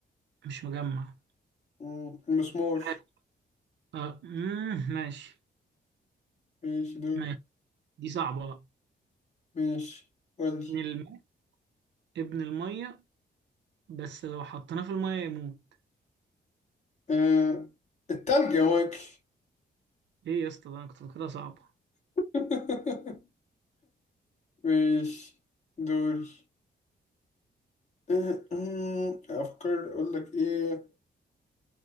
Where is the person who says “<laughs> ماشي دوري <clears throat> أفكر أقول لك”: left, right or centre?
Left